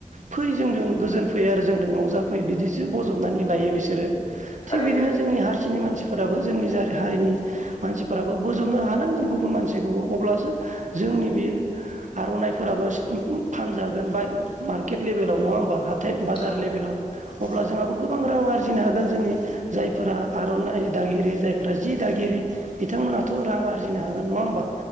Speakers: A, on the right (about 65°); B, on the left (about 35°).
A: फै जोंदों गोजोन फैयो आरो जोंदों रंजाफै बिदिसो बज'बनानै लायो बिसोरो।
B: थारैनो
A: थिग बिदिनो
B: नंगौ
A: जोंनि हारसिनि मानसिफोराबो जोंनि जार हारिनि मानसिफोराबो बोजबनो हानांगोन गुबुन मानसिखौबो अब्लासो जोंनि बेयो आर'नाइफोराबो <unintelligible> फानजागोन बाय मार्केट लेभेलाव नङा होमबा हाथ थाय बाजार
B: नंगौ
A: लेभेलाव
B: नंगौ नोंथां
A: अब्ला जोंहाबो गोबां रां आरजिनो हागोन जोंनि जायफोरा आर'नाइ दागिरि जायफोरा जि दागिरि बिथांमोना थ' रां आरजिनो हागोन नङा होमबा